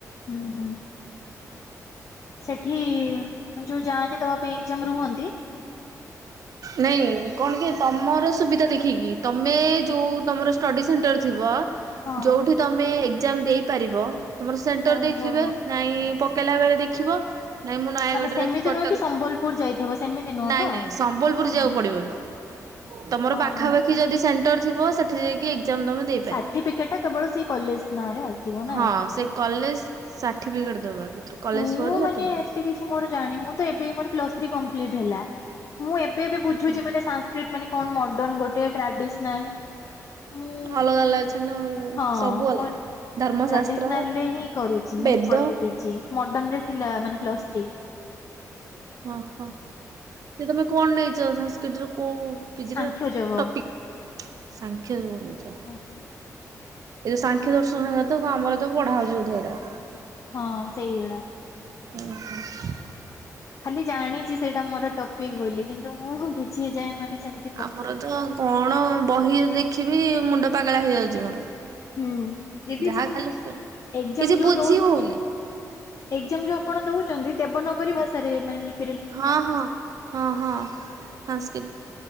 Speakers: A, on the left; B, on the right.
A: ହୁଁ ହୁଁ। ସେଠି ମାନେ ଯୋଉ ଯାଆନ୍ତି ଦବା ପାଇଁ ଏଗ୍ଜାମ୍ ରୁହନ୍ତି।
B: ନାଇଁ କଣ କି ତମର ସୁବିଧା ଦେଖିକି ତମେ ଯଉଁ ତମର ଷ୍ଟଡ଼ି ସେଣ୍ଟର ଥିବ
A: ହଁ
B: ଯୋଉଠି ତମେ ଏଗ୍ଜାମ୍ ଦେଇପାରିବ ତୁମର ସେଣ୍ଟର
A: ଓହୋ।
B: ଦେଖିବେ ନାଇଁ ପ ପକେଇଲା ବେଳେ ଦେଖବ ନାଇଁ ମୁଁ ନୟାଗଡ଼ରେ
A: ମାନେ ସେମିତି
B: କି କଟକରେ,
A: ନୁହେଁ ସମ୍ବଲପୁର ଯାଇଥିବ ସେମିତି ନୁହଁ
B: ନାଇଁ
A: ତ?
B: ନାଇଁ ସମ୍ ବଲପୁର
A: ଓହୋ
B: ଯିବାକୁ ପଡ଼ିବନି ତମର
A: ଓହୋ
B: ପାଖାପାଖି ଯଦି ସେଣ୍ଟର ଥିବ ସେଠି ଯାଇକି ଏଗ୍ଜାମ୍ ତମେ ଦେଇପାରିବ
A: ସାର୍ଟିଫିକେଟ ଟା କେବଳ ସେଇ କଲେଜ ନାଁରେ ଆସିବ ନା?
B: ହଁ ସେ କଲେଜ୍ ସାର୍ଟିଫିକେଟ ଦବା କଲେଜ
A: ମୁଁ
B: ପରେ ସାର୍ଟିଫିକେଟ୍
A: ମାନେ ଏତେ କିଛି ମୋର ଜାଣି ମୁଁ ତ ଏବେ ମୋର ପ୍ଲସ୍ ‌ଥ୍ରି କଂପ୍ଲିଟ୍ ହେଲା, ମୁଁ ଏବେ ଏବେ ବୁଝୁଛି
B: ଓହୋ
A: ସାଂସ୍ ସ୍କିଟ୍ ମାନେ କଣ ମଡର୍ଣ୍ଣ ଗୋଟେ ଟ୍ରାଡିସନାଲ ମୁଁ
B: ଅଲଗା ଅଲଗା ଅଛି ନା
A: ହଁ
B: ସବୁ ଅଲଗା।
A: ମୁଁ
B: ଧର୍ମଶାସ୍ତ୍ର
A: ଟ୍ରାଡିସନାଲରେ ହିଁ କରୁଛି
B: ବେଦ
A: ମାନେ କରିବି ପିଜି ମର୍ଡ଼ନରେ ଥିଲା ମାନେ ପ୍ଲସ୍ ଥ୍ରି।
B: ହଁ ହଁ ଯେ ତମେ କଣ ନେଇଛ ସାଂସ୍କ୍ରିଟ୍ ର କୋଉ ପିଜିରେ
A: ସାଂଖ୍ୟ ଯୋଗ।
B: ଟପିକ୍? ସାଂଖ୍ୟ ଯୋଉ ନେଇଛ,
A: ହଁ
B: ଏ ସାଂଖ୍ୟ ଦର୍ଶନ ହେରା ତ ଆମର ପଢା ହଉଛି ଯୋଉ ଅଧ୍ୟାଉରା
A: ହଁ ସେଇଗୁଡ଼ା।
B: ହୁଁ ହୁଁ
A: ଖାଲି ଜାଣିଛି ସେଇଟା ମୋର ଟପିକ୍ ବୋଲି କିନ୍ତୁ ମୁଁ କିଛି ଏଯାଏଁ ମାନେ ସେମି
B: ଆମର ତ କଣ ବହି ଦେଖିବି, ମୁଣ୍ଡ ପାଗଳା ହେଇଯାଉଛି ମୋର।
A: ହୁଁ ଦିଦି
B: ଯାହା
A: ଯୋଉ
B: ଖାଲି ଫୋ,
A: ଏକ୍ଜାମ
B: କିଛି
A: ଯୋଉ
B: ବୁଝି
A: ଦଉ
B: ହୋଉନି।
A: ଏକ୍ଜାମ ଯୋଉ ଆପଣ ଦୋଉଛନ୍ତି, ଦେବନଗରୀ ଭାଷାରେ ମାନେ ଲିପି
B: ହଁ ହଁ, ହଁ ହଁ ସାଂସ୍କିଟ୍।